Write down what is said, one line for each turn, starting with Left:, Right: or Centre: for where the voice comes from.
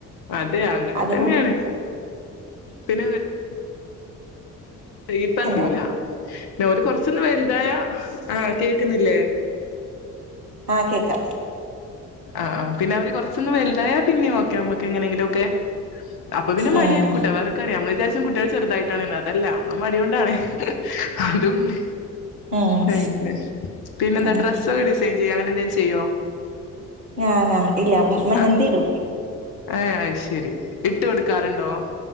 Left: അതെ അങ്ങനെ
Right: അതുകൊ
Left: തന്നെയാണ് പിന്നെ <unintelligible> അറിയൂല
Right: ഹലോ
Left: പിന്നോല് കൊറച്ചൊന്ന് വലുതായ, ആഹ് കേക്കുന്നില്ലേ?
Right: ആഹ് കേക്കാ.
Left: ആഹ് പിന്നെ അവര് കൊറച്ചൊന്ന് വലുതായ പിന്നിം ഓക്കെ നമ്മക്കെങ്ങനെങ്കിലു ഒക്കെ അപ്പൊ പിന്നെ
Right: ഉം
Left: മടിയായിരിക്കൂട്ടൊ വേറെക്കാര്യം നമ്മള് വിചാരിച്ചും കുട്ട്യേൾ ചെറുതായിട്ടാണ്ന്നാ അതല്ല നമ്മളെ മടി കൊണ്ടാണ് അതൂണ്ട്.
Right: ഉം
Left: അങ്ങനെ. പിന്നെന്താ
Right: ഉം
Left: ഡ്രസ്സൊക്കെ ഡിസൈൻ ചെയ്യോ അങ്ങനെ എന്തേം ചെയ്യോ?
Right: ഞാനാ ഇല്ല മെഹന്ദിടും.
Left: ആഹ് ഏഹ് അയ്ശരി ഇട്ട് കൊടുക്കാറുണ്ടോ?